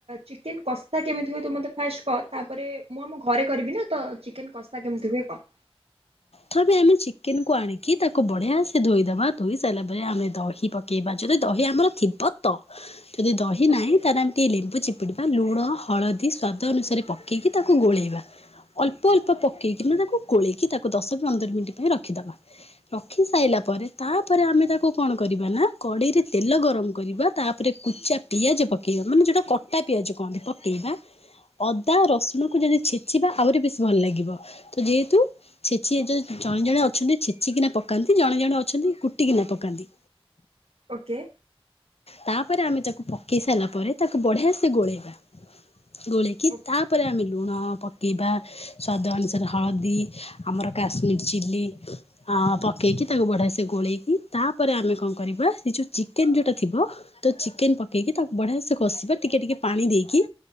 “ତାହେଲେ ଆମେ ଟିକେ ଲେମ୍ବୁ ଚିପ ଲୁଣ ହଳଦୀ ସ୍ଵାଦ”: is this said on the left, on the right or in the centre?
Left